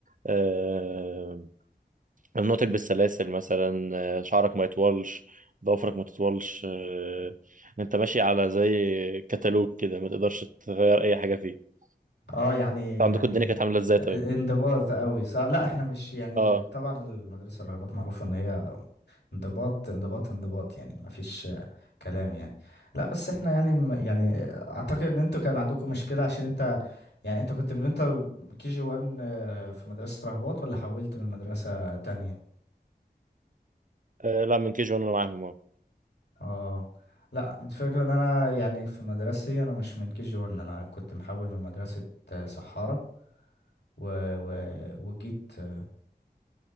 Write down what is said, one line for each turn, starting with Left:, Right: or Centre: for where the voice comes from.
Right: آه ممنوع تلبس سلاسل مثلا آه شعرك ما يطولش ضوافرك ما تطولش آه انت ماشي على زي كتالوج كده ما تقدرش تغير اي حاجه فيه
Left: اه يعني
Right: انت عندكم
Left: يعني
Right: الدنيا كانت عامله ازاي
Left: انضباط
Right: طيب
Left: قوي صح لا احنا مش يعني
Right: اه,
Left: طبعا المدرسة الرهبات معروف ان هي انضباط انضباط انضباط يعني ما فيش كلام يعني لا بس احنا يعني م- يعني اعتقد ان انتوا كان عندكم مشكلة عشان انت يعني انت كنت من انت كي جي 1 في مدرسة رهبات ولا حولت من مدرسة تانية
Right: آه لا من كي جي وانا معاهم اه
Left: اه لا انت فاكر ان انا يعني في مدرستي انا مش من كي جي 1 انا كنت محول من مدرسة آه، سحارة و... و... وجيت آه،